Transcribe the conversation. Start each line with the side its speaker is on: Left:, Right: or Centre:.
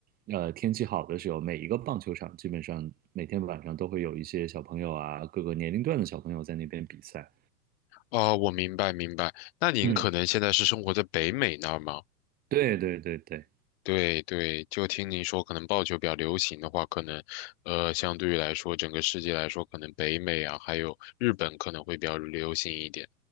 Right: 呃天气好的时候，每一个棒球场基本上每天晚上都会有一些小朋友啊，各个年龄段的小朋友在那边比赛。
Left: 哦，我明白明白。那您可能现在是生活在北美那儿吗？
Right: 嗯，对对对对
Left: 对对，就听您说，可能棒球比较流行的话，可能，呃，相对于来说，整个世界来说，可能北美啊，还有日本可能会比较流行一点。